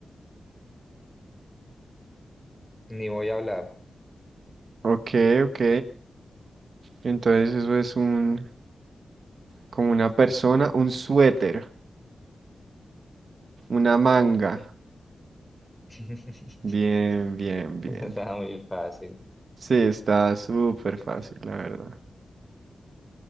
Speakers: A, in the centre; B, on the right.
A: ni voy a hablar.
B: Ok, ok. Entonces eso es un, como una persona, un suéter, una manga.
A: <laughs>
B: Bien, bien, bien.
A: Estaba muy fácil.
B: Sí, está súper fácil, la verdad.